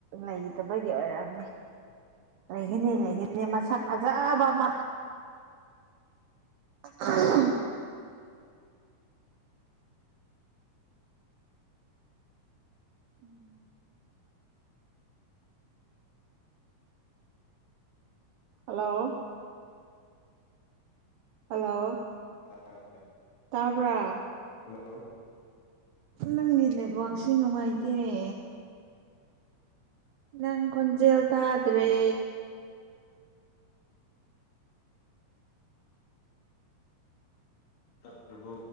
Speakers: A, on the right; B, on the left.
A: ꯂꯩꯇꯕꯒꯤ ꯑꯣꯏꯔꯛꯑꯝꯅꯤ ꯂꯩꯈꯤꯅꯤ ꯂꯩꯈꯤꯅꯤ ꯃꯁꯛ ꯐꯖꯕ ꯑꯃ <unintelligible> <inaudible> ꯎꯝ ꯍꯜꯂꯣ ꯍꯜꯂꯣ
B: ꯑ <unintelligible> <inaudible>
A: ꯇꯥꯕ꯭ꯔꯥ
B: ꯍꯜꯂꯣ
A: ꯅꯪꯒꯤ ꯅꯦꯠꯋꯥꯛꯁꯤ ꯅꯨꯡꯉꯥꯏꯇꯦꯔꯦ ꯅꯪ ꯈꯨꯟꯖꯦꯦꯜꯇꯥꯗ꯭ꯔꯦ
B: ꯇꯕꯨ